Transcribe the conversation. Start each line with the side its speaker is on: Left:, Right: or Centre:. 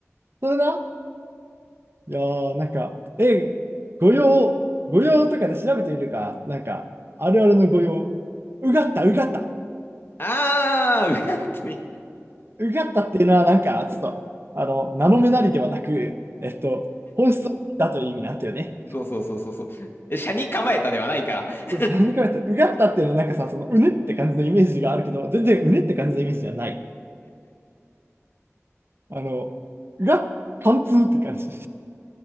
Right: それな。いやー、なんか、え、御用、御用とかで調べてみるか、なんか、あるあるの御用、うがった、うがった、
Left: あー、うわっとね
Right: うがったっていうのは、なんか、ちょっと、あの、名の目なりではなく、えっと、本質だという意味なんだよね。
Left: そうそうそうそうそう。斜に構えたではないから。<laughs>
Right: そうさんじか言と、うがったっていうのは、なんかさ、その、うねって感じのイメージがあるけど、全然うねって感じのイメージじゃない。あの、うがっ、貫通って感じ。